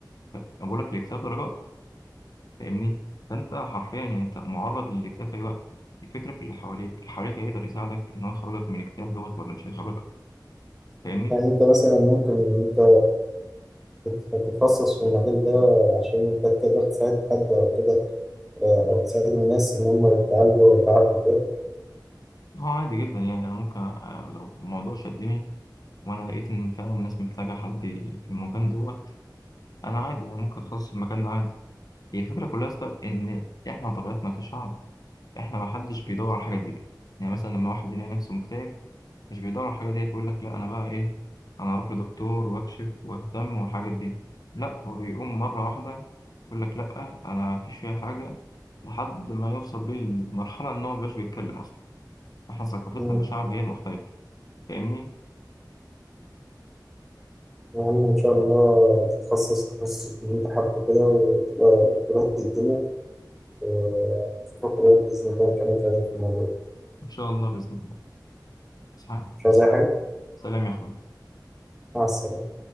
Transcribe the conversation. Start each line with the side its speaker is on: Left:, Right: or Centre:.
Left: ف- أنا بقول لك الاكتئاب درجات فاهمني فأنت حرفيا أنت معرض للاكتئاب في أي وقت الفكرة في اللي حواليك اللي حواليك هيقدر يساعدك إن هو يخرجك من الاكتئاب دوت ولا مش هيخرجك فاهمني
Centre: يعني أنت مثلا ممكن إن أنت تت- تتخصص في المجال ده عشان أنت تقدر تساعد حد أو كده آه، أو تساعد الناس إن هم يتعالجوا ويتعافوا كده
Left: هو عادي جدا يعني أنا ممكن آه، لو الموضوع شدني وأنا لقيت إن فعلا الناس محتاجة حد في المكان دوت أنا عادي أنا ممكن أتخصص في المكان ده عادي هي الفكرة كلها يا اسطى إن إحنا طبيعتنا كشعب إحنا ما حدش بيدور على الحاجة دي يعني مثلا لما واحد يلاقي نفسه مكتئب مش بيدور على الحاجة دي يقول لك لا أنا بقى إيه أنا أروح لدكتور وأكشف وأهتم والحاجات دي لا هو بيقوم مرة واحدة يقول لك لا أنا مفيش فيها حاجة لحد ما يوصل بيه المرحلة إن هو مبقاش بيتكلم أصلا إحنا ثقافتنا
Centre: مم.
Left: كشعب هي المختلفة فاهمني؟
Centre: يا عم إن شاء الله هتتخصص تخصص اللي أنت حابه كده وتبقى دكتوراه قد الدنيا ونشوفك قريب بإذن الله نكمل كلامنا في الموضوع
Left: إن شاء الله بإذن الله إسحاق
Centre: مش عايز
Left: تسلم
Centre: أي حاجة
Left: سلام يا أخوي
Centre: مع السلامة